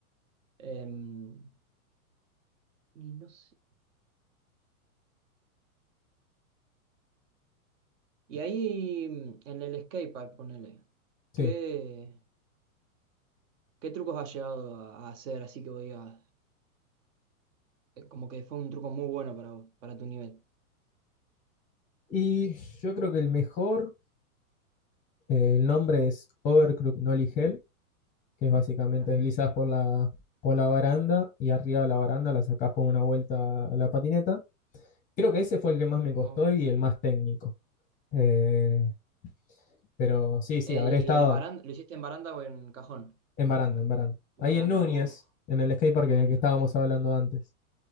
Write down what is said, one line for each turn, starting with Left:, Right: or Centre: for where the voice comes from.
Right: Em, y no sé. Y ahí mm, en el skatepark, ponele.
Left: Sí.
Right: ¿Qué, qué trucos has llegado a, a hacer? Así que voy a. Como que fue un truco muy bueno para, vos, para tu nivel.
Left: Y yo creo que el mejor, eh, el nombre es Overclock Nolly Hell, que es básicamente
Right: Mirá.
Left: deslizás por la, por la baranda y arriba de la baranda la sacás con una vuelta a la patineta. Creo que ese fue el que más me costó
Right: muy bueno.
Left: y el más técnico. Eh,
Right: No.
Left: pero sí, sí,
Right: Eh,
Left: habré
Right: ¿y
Left: estado
Right: en baranda, lo hiciste en baranda o en cajón?
Left: en baranda, en baranda. Ahí
Right: En baranda,
Left: en Núñez,
Right: uh,
Left: en el skatepark
Right: tremendo.
Left: que, que estábamos hablando antes.